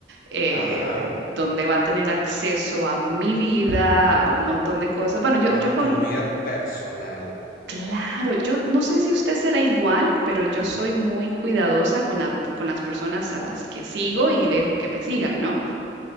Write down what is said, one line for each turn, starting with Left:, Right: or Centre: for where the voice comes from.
Right: eh,
Left: ajá.
Right: donde va a tener acceso a mi vida, a un montón de cosas. Bueno, yo,
Left: A
Right: yo con,
Left: tu vida personal.
Right: claro, yo no sé si usted será igual, pero yo soy muy cuidadosa con la, con las personas a las que sigo y dejo que me sigan, ¿no?